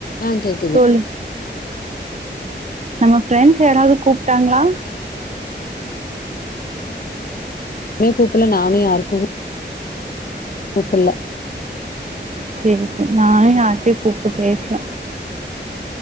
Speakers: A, on the left; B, on the right.
A: ஆ கேக்குது.
B: தோழி நம்ம பிரெண்ட்ஸ் யாராவது கூப்டாங்ளா
A: மே கூப்பில்ல நானு யாருக்கு கூப்பில்ல
B: சேரி ப நானு யார்ட்டையு கூப்ட்டு பேசல